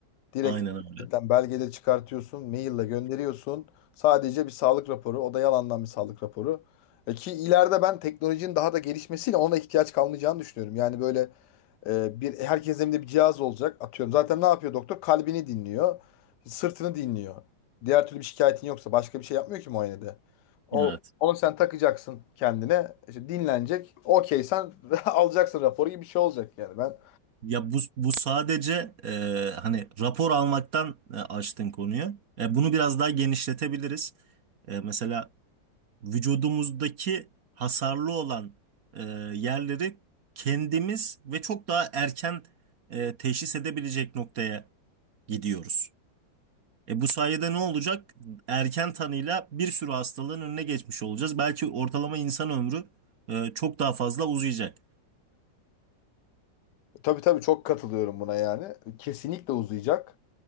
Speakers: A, on the left; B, on the right.
A: Direkt
B: Aynen öyle.
A: internetten belgede çıkartıyorsun, maille gönderiyorsun. Sadece bir sağlık raporu, o da yalandan bir sağlık raporu. E ki ileride ben teknolojinin daha da gelişmesiyle ona ihtiyaç kalmayacağını düşünüyorum. Yani böyle e, bir herkesin evinde bir cihaz olacak. Atıyorum zaten ne yapıyor doktor? Kalbini dinliyor, sırtını dinliyor. Diğer türlü bir şikayetin yoksa başka bir şey yapmıyor ki muayenede. O
B: Evet.
A: onu sen takacaksın kendine. işte dinlenecek. Okey sen <laughs> alacaksın raporu gibi bir şey olacak yani ben.
B: Ya bu, bu sadece e, hani rapor almaktan e, açtın konuyu. E, bunu biraz daha genişletebiliriz. E, mesela vücudumuzdaki hasarlı olan e, yerleri kendimiz ve çok daha erken e, teşhis edebilecek noktaya gidiyoruz. E, bu sayede ne olacak? Erken tanıyla bir sürü hastalığın önüne geçmiş olacağız. Belki ortalama insan ömrü e, çok daha fazla uzayacak.
A: Tabii tabii çok katılıyorum buna yani. Kesinlikle uzayacak.